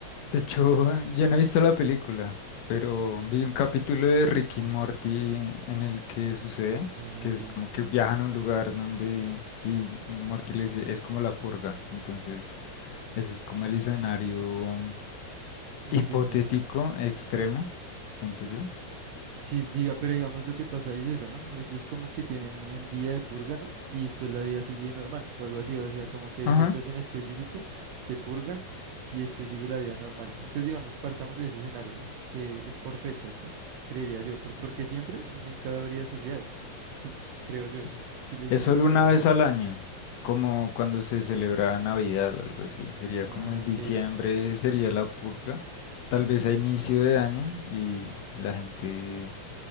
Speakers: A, on the left; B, on the right.
A: De hecho, yo no he visto la película, pero vi un capítulo de Rick y Morty en el que sucede,
B: Ah,
A: que es
B: sí,
A: como que viajan a un lugar donde y Morty le dice, es como la purga. Entonces, ese es como el escenario um,
B: entiendo.
A: hipotético extremo, siento yo.
B: Sí, diga, pero digamos lo que pasa es eso, ¿no? Ellos como que tienen un día de purga, ¿no? Y después la vida sigue normal o algo así, o sea, como que hay
A: Ajá,
B: fechas en específico, se purgan y después sigue la vida normal. Entonces, digamos, partamos de ese escenario, ¿no? Que es por fechas, ¿no? Creería yo, pues porque siempre nunca habría sociedad, <laughs> creo yo,
A: sí.
B: si lo hicieran
A: Es solo una
B: por siempre.
A: vez al año, como cuando se celebra Navidad o algo así. Sería
B: Ah,
A: como el diciembre,
B: ok.
A: sería la purga tal vez a inicio de año y la gente